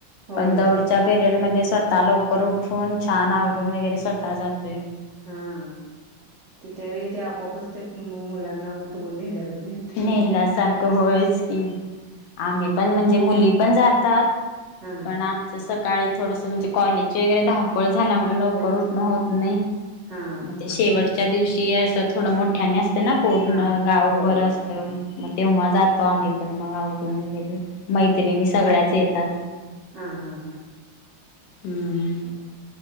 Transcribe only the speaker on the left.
पण दौडच्या
पिरयड मध्ये स्व तः लवकर उठून छान आवरून वगैरे स्वतः जातोय
नेला सारखं
होयच की, आम्ही पण म्हणजे मुली पण जातात
पण आमचं सकाळी थोडस म्हणजे कॉलेज ची वगैरे धावपळ झाल्यामुळे लवकर
उठण
होत नाही
मग ते शेवट च्या दिवशी असं थोडं मोठ्याने असते ना पूर्ण
गावभर
अस मग तेव्हा जातो आम्ही पण मग आवरून वगैरे मैत्रिणी सगळ्याच येतात
हम्म.